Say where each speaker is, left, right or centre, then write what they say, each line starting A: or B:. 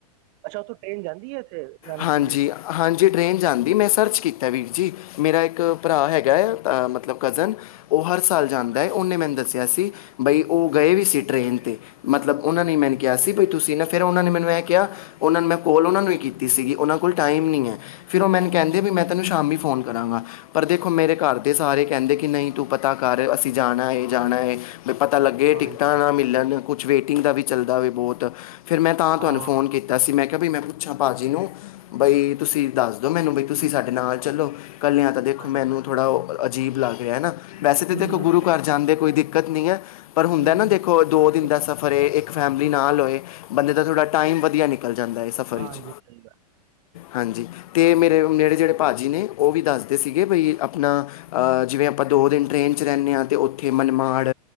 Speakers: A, on the right (about 45°); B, on the left (about 60°).
A: ਅੱਛਾ ਉੱਥੋਂ ਟ੍ਰੇਨ ਜਾਂਦੀ ਏ। ਇੱਥੇ ਨਾਨਕ
B: ਹਾਂਜੀ
A: ਝੀਰੇ
B: ਹਾਂਜੀ ਟਰੇਨ ਜਾਂਦੀ। ਮੈਂ ਸਰਚ ਕੀਤਾ ਵੀਰ ਜੀ ਮੇਰਾ ਇੱਕ ਭਰਾ ਹੈਗਾ ਆ ਮਤਲਬ ਕਜ਼ਨ ਉਹ ਹਰ ਸਾਲ ਜਾਂਦਾ ਐ। ਉਹਨੇ ਮੈਨੂੰ ਦੱਸਿਆ ਸੀ ਬਈ ਉਹ ਗਏ ਵੀ ਸੀ ਟ੍ਰਰੇਨ 'ਤੇ ਮਤਲਬ ਉਹਨਾਂ
A: ਠੀਕ
B: ਨੇ
A: ਏ
B: ਮੈਨੂੰ ਕਿਹਾ ਸੀ ਬਈ ਤੁਸੀਂ ਨਾ ਫਿਰ ਉਹਨਾਂ ਨੇ ਮੈਨੂੰ ਐਂ ਕਿਹਾ ਉਹਨਾਂ ਨੂੰ ਮੈਂ ਕੋਲ ਉਹਨਾਂ ਨੂੰ ਈ ਕੀਤੀ ਸੀਗੀ ਉਹਨਾਂ ਕੋਲ ਟਾਈਮ ਨਹੀਂ ਐ। ਫਿਰ ਉਹ ਮੈਨੂੰ ਕਹਿੰਦੇ ਵੀ ਮੈਂ ਤੈਨੂੰ ਸ਼ਾਮੀ ਫ਼ੋਨ ਕਰਾਂਗਾ। ਪਰ ਦੇਖੋ ਮੇਰੇ ਘਰ ਦੇ ਸਾਰੇ ਕਹਿੰਦੇ ਕਿ ਨਹੀਂ ਤੂੰ ਪਤਾ ਕਰ ਅਸੀਂ ਜਾਣਾ ਏ ਜਾਣਾ ਏ ਵੀ ਪਤਾ ਲੱਗੇ
A: ਹਾਂਜੀ,
B: ਟਿਕਟਾਂ ਨਾ ਮਿਲ ਕੁਛ ਵੇਟਿੰਗ ਦਾ ਵੀ ਚੱਲਦਾ ਬਹੁਤ ਫਿਰ ਮੈਂ ਤਾਂ ਤੁਹਾਨੂੰ
A: ਹਾਂ,
B: ਫੋਨ ਕੀਤਾ ਸੀ। ਮੈਂ ਵੀ ਮੈਂ ਪੁੱਛਾਂ ਭਾਜੀ ਨੂੰ ਬਈ ਤੁਸੀਂ ਦੱਸ ਦੋ ਮੈਨੂੰ ਬਈ ਤੁਸੀਂ ਸਾਡੇ ਨਾਲ ਚਲੋ। ਕਲਿਆਂ ਤਾਂ ਦੇਖੋ
A: ਹਾਂਜੀ
B: ਮੈਨੂੰ ਥੋੜ੍ਹਾ ਉਹ ਅਜੀਬ ਲੱਗਦਾ। ਹੈਨਾ ਵੈਸੇ ਤਾਂ
A: ਹੂੰ,
B: ਦੇਖੋ ਗੁਰੂ ਘਰ ਜਾਂਦੇ ਕੋਈ ਦਿੱਕਤ ਨਹੀਂ ਐ। ਪਰ ਹੁੰਦਾ
A: ਹੂੰ
B: ਨਾ ਦੇਖੋ
A: ਹੂੰ।
B: ਦੋ ਦਿਨ
A: ਇੱਕ-
B: ਦਾ ਸਫ਼ਰ ਏ ਇੱਕ ਫੈਮਿਲੀ ਨਾਲ ਹੋਏ। ਬੰਦੇ ਦਾ ਥੋੜ੍ਹਾ ਟਾਈਮ ਵਧੀਆ ਨਿਕਲ ਜਾਂਦਾ ਐ ਸਫ਼ਰ ਵਿੱਚ
A: ਹਾਂਜੀ ਸਹੀ ਗੱਲ
B: ਹਾਂਜੀ ਅਤੇ ਮੇਰੇ ਮੇੜੇ ਜਿਹੜੇ ਭਾਅ ਜੀ ਨੇ ਉਹ ਵੀ ਦੱਸਦੇ ਸੀਗੇ ਬਈ ਆਪਣਾ ਜਿਵੇਂ ਆਪਾਂ ਦੋ ਦਿਨ ਟ੍ਰੇਨ 'ਚ ਰਹਿੰਦੇ ਹਾਂ ਤੇ ਉੱਥੇ ਮਨਮਾੜ